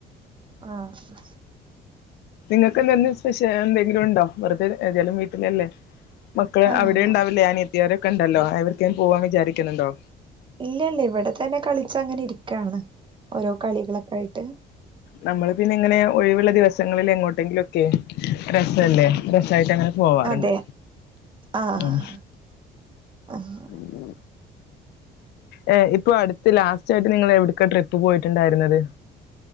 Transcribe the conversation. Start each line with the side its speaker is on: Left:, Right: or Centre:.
Right: ആഹ്.
Left: ഇങ്ങൾക്ക് ഇന്ന്ന്തേ സ്പെഷ്യന്തെങ്കിലുംണ്ടോ വെറ്തേ ഏതാലും വീട്ടിലല്ലേ. മക്കള്
Right: ആഹ്
Left: അവിടെ ണ്ടാവില്ലേ അനിയത്തിയൊരൊക്കെണ്ടല്ലോ എവ്ട്ക്കെലും പോവാം വിചാരിക്കുന്ന്ണ്ടോ?
Right: ഇല്ലല്ല ഇവടെ തന്നെ കളിച്ച അങ്ങനെ ഇരിക്കാണ് ഓരോ കളികളൊക്കെ ആയിട്ട്
Left: ന്നമ്മള് പിന്നെ ഇങ്ങനെ ഒഴിവ്ള്ള ദിവസങ്ങളില് എങ്ങോട്ടെങ്കിലോക്കെ രസല്ലേ രസായിട്ടങ്ങനെ പോവാറ്ണ്ട്
Right: അതെ ആഹ്
Left: ഉം.
Right: ആഹ്
Left: <unintelligible> ഏഹ്, ഇപ്പൊ അടുത്ത് ലാസ്റ്റായിട്ട് നിങ്ങള് എവ്ട്ക്കാ ട്രിപ്പ് പോയിറ്റുണ്ടായിരുന്നത്?